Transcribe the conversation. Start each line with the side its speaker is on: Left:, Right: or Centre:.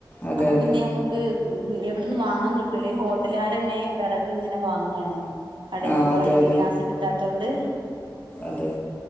Left: അതെ
Right: അപ്പൊ
Left: അതെ
Right: പിന്നെ നമ്മുക്ക് എവിടന്നും വാങ്ങാൻ കിട്ടൂലേ ഹോട്ടലുകാരന്നെ വിറക് ഇങ്ങനെ വാങ്ങാണ് കടെക്കൊക്കെ
Left: ആ അതെ
Right: വേണ്ടിട്ട്
Left: അതെ
Right: ഗ്യാസ് കിട്ടാത്തൊണ്ട്
Left: അതെ